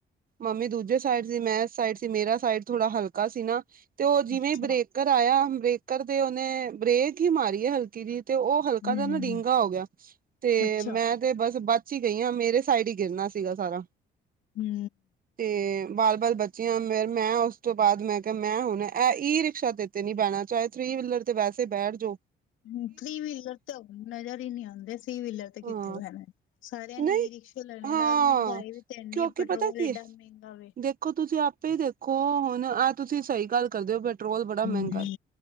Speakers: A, on the right; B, on the left.
A: ਮੰਮੀ ਦੂਜੇ ਇੱਸ ਸਾਈਡ ਸੀ, ਮੈਂ ਇਸ ਸਾਈਡ ਸੀ ਮੇਰਾ ਸਾਈਡ ਥੋੜਾ ਹਲਕਾ ਸੀ ਨਾ, ਤੇ ਉਹ ਜਿਵੇਂ
B: ਅੱਛਾ
A: ਬ੍ਰੇਕ ਬਰੇਕਰ ਆਇਆ, ਬ੍ਰੇਕਰ ਤੇ ਉਹਨੇ ਬ੍ਰੇਕ ਹੀ ਮਾਰੀ ਏ, ਹਲਕੀ ਜੀ ਤੇ ਉਹ ਹਲਕਾ
B: ਹੂੰ
A: ਜਾ ਨਾ, ਡੀਂਗਾ ਹੋਗਿਆ। ਤੇ,
B: ਅੱਛਾ
A: ਮੈਂ ਤੇ ਬਸ ਬਚ ਹੀ ਗਈ ਆਂ, ਮੇਰੇ ਸਾਈਡ ਹੀ ਗਿਰਨਾ ਸੀਗਾ ਸਾਰਾ।
B: ਹੂੰ
A: ਤੇ, ਬਾਲ-ਬਾਲ ਬਚੇ ਆਂ, ਮੇ ''ਮੈਂ ਉਸ ਤੋਂ ਬਾਅਦ ''ਮੈਂ ਕਿਹਾ ਮੈਂ ਹੁਣ ਐ ਈ ਰਿਕਸ਼ਾ ਤੇ ਨੀ ਬਹਿਣਾ, ਚਾਹੇ ਥ੍ਰੀ ਵੀਲਰ ਤੇ ਵੈਸੇ ਬੈਠਜੋ।
B: ਹੂੰ, ਥ੍ਰੀ ਵੀਲਰ ਤਾਂ ਨਜ਼ਰ ਹੀ ਨਹੀਂ ਆਉਂਦੇ ਥ੍ਰੀ ਵੀਲਰ ਤੇ ਕਿੱਥੇ
A: ਹਾਂ
B: ਬਹਿਣਾ। ਸਾਰਿਆਂ ਨੇ
A: ਨਹੀਂ
B: ਈ ਰਿਕਸ਼ੇ ਲੈ ਲਏ
A: ਹਾਂ
B: ਨੇ, ਮਹਿੰਗਾਈ ਵੀ ਤੇ ਇੰਨੀ
A: ਕਿਉਂਕਿ
B: ਏ, ਪੈਟਰੋਲ
A: ਪਤਾ ਕੀ
B: ਏਡਾ
A: ਹੈ
B: ਮਹਿੰਗਾ ਵੇ।
A: ਦੇਖੋ, ਤੁਸੀਂ ਆਪੇ ਹੀ ਦੇਖੋ, ਹੁਣ ਆਹ ਤੁਸੀਂ ਸਹੀ ਗੱਲ ਕਰਦੇ ਹੋ ਬਟ ਪੈਟਰੋਲ ਬੜਾ ਮਹਿੰਗਾ
B: ਹੂੰ
A: ਏ,